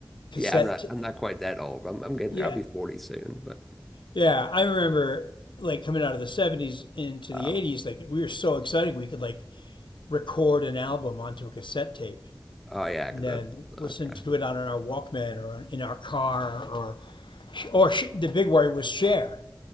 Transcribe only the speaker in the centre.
yeah, I'm not
I'm not quite that old. I'm I'm getting
there. I'll be 40 soon, but
uh,
oh yeah, because
that's
okay.